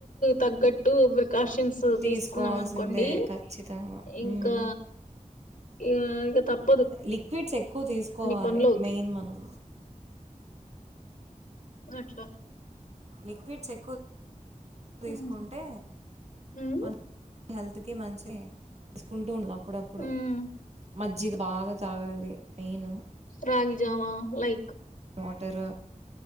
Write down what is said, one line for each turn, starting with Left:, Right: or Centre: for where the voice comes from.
Left: తగ్గట్టు ప్రికాషన్స్
Right: తీసుకోవాల్సిందే
Left: తీసుకున్నాం అనుకోండి
Right: ఖచ్చితంగా. హ్మ్.
Left: ఇంకా ఇ ఇక తప్ప
Right: లిక్విడ్స్ ఎక్కువ తీసుకోవాలి
Left: పనులవుతాయి.
Right: మెయిన్ మనం
Left: అట్లా
Right: లిక్విడ్స్ ఎక్కువ
Left: హ్మ్.
Right: తీసుకుంటే
Left: హ్మ్.
Right: కొ తుకి మంచి తీసుకుంటూ ఉండా అప్పుడప్పుడు
Left: హ్మ్.
Right: మజ్జిగా బాగా తాగాలి మెయిన్
Left: రాగిజవా లైక్
Right: మాటర్